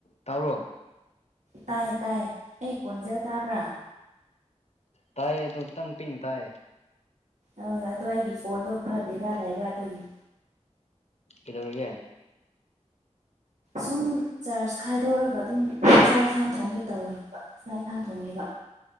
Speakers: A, on the left; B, on the right.
A: ꯇꯥꯔꯣ
B: ꯇꯥꯏ ꯇꯥꯏ ꯑꯩ ꯀꯣꯟꯖ ꯇꯥꯕ꯭ꯔꯥ
A: ꯇꯥꯏꯌꯦ ꯑꯗꯨ ꯈꯤꯇꯪ ꯄꯤꯛꯏꯦ ꯇꯥꯏ
B: ꯑꯣꯏ ꯑꯗꯣ ꯑꯩꯒꯤ ꯐꯣꯟꯗꯣ ꯈꯔ ꯕꯦꯔꯥꯜ ꯂꯩꯕ ꯑꯗꯨꯒꯤ
A: ꯏꯗꯧꯒ
B: ꯁꯨꯝ ꯆꯥꯔꯁ ꯈꯥꯏꯗꯣꯛꯑꯒ ꯑꯗꯨꯝ ꯆꯥꯛ ꯌꯦꯟꯁꯥꯡ ꯊꯣꯡꯒꯦ ꯇꯧꯔꯤꯕ ꯆꯥꯛ ꯌꯦꯟꯁꯥꯡ ꯊꯣꯡꯉꯦꯕ